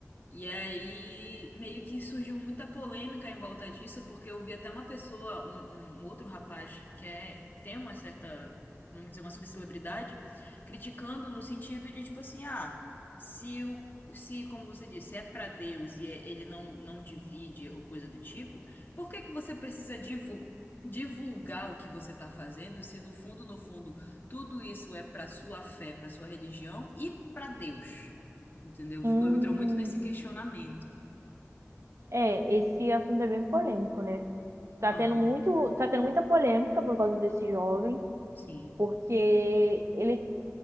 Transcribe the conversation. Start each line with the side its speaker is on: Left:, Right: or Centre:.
Left: E aí, meio que surgiu muita polêmica em volta disso, porque eu vi até uma pessoa, um, um outro rapaz que é, tem uma certa, vamos dizer, uma subcelebridade, criticando no sentido de, tipo assim, ah, se o Se, como você disse, é pra Deus e é- ele não, não divide ou coisa do tipo, por que que você precisa divu- divulgar o que você tá fazendo, se no fundo, no fundo, tudo isso é pra sua fé, pra sua religião e pra Deus? Entendeu?
Right: Hum,
Left: Ficou, entrou muito nesse questionamento.
Right: é, esse assunto é bem polêmico, né? Tá
Left: Aham,
Right: tendo muito, tá tendo muita polêmica por causa desse jovem,
Left: sim,
Right: porque ele